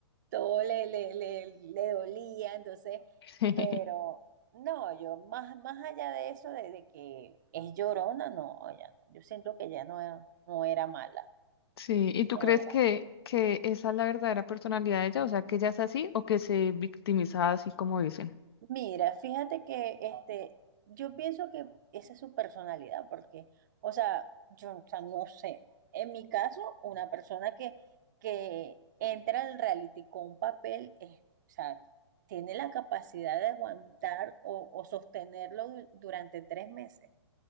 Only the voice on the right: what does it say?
todo le, le, le, le dolía, entonces,
pero no, yo más, más allá de eso, de, de que es llorona, no, ya no, yo siento que ya no, era- no era mala,
no
era.
Mira, fíjate que este, yo pienso que esa es su personalidad, porque, o sea, yo, o sea, no sé. En mi caso, una persona que, que entra al reality con un papel, es, o sea, tiene la capacidad de aguantar o, o sostenerlo du- durante tres meses.